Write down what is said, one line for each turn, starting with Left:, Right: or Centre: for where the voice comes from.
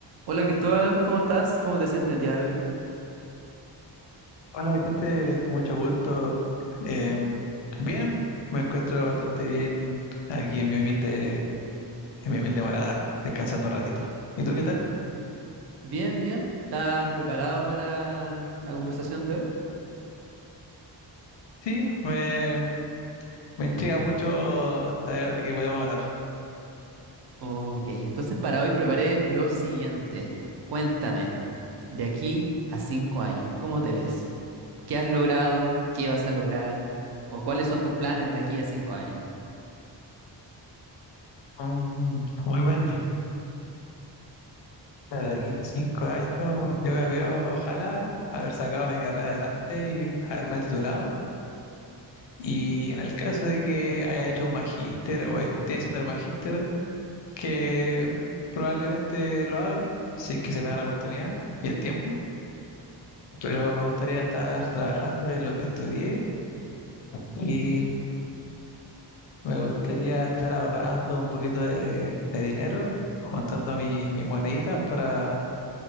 Right: Hola Cristóbal, ¿cómo estás? ¿Cómo te sientes el día de hoy?
Left: Hola Vicente, mucho gusto. Em, bien, me encuentro bastante bien aquí en mi humilde, en mi humilde morada, descansando un ratito. ¿Y tú qué tal?
Right: Bien, bien. ¿Estás preparado para la conversación de hoy?
Left: Sí, me, me intriga mucho saber de qué podemos hablar.
Right: Ok, entonces para hoy preparé lo siguiente. Cuéntame, de aquí a cinco años, ¿cómo te ves? ¿Qué has logrado? ¿Qué vas a lograr? ¿O cuáles son tus planes de aquí a cinco años?
Left: Mm, muy bueno. Para aquí a cinco años, yo me veo, ojalá, haber sacado mi carrera adelante y haberme titulado. Y en el caso de que haya hecho un magíster o esté haciendo el magíster, que probablemente lo haga, si es que se me da la oportunidad y el tiempo, pero me gustaría estar trabajando en lo que estudié y me gustaría estar ahorrando un poquito de, de dinero, juntando mi, mis moneditas para